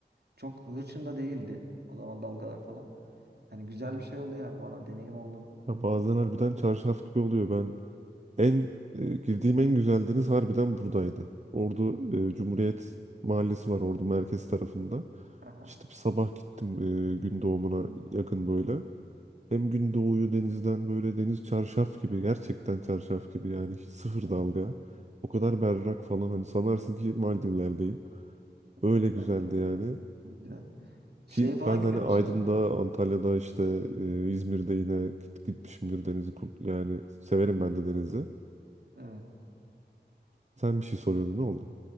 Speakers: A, on the right; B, on the right.
A: Çok hırçın da değildi o zaman dalgalar falan. Yani güzel bir şey oldu yani bana deneyim oldu.
B: Ya bazen harbiden çarşaf gibi oluyor. Ben en e, girdiğim en güzel deniz harbiden buradaydı. Ordu e, Cumhuriyet
A: Hı hı.
B: Mahallesi var Ordu merkez tarafında.
A: Aha.
B: İşte bir sabah gittim e, gün doğumuna yakın böyle. Hem gün doğuyu denizden böyle deniz çarşaf gibi gerçekten çarşaf gibi yani hiç sıfır
A: Evet.
B: dalga. O kadar berrak falan hani sanarsın ki Maldivler'deyim. Öyle
A: <laughs>
B: güzeldi yani.
A: Güzel. Şey
B: Ki
A: falan
B: ben hani
A: gidiyor
B: Aydın'da,
A: musunuz?
B: Antalya'da işte e, İzmir'de yine git, gitmişimdir denizi. kur- Yani severim ben de denizi.
A: Evet.
B: Sen bir şey soruyordun ne oldu?